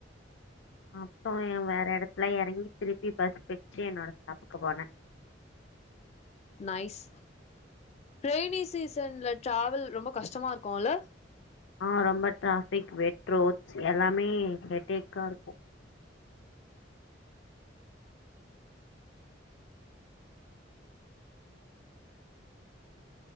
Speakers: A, on the left; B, on the left.
A: அப்றோ வேற எடத்துல எறங்கி திருப்பி பஸ் புடிச்சி என்னோட ஸ்டாப்புக்கு போனே
B: நைஸ் ரைனி சீசன்ல டிராவல் ரொம்ப கஷ்டமா இருக்குல்ல
A: ஆ ரொம்ப டிராபிக் வெட் ரோட்ஸ் எல்லாமே ஹெட்டேக்கா இருக்கு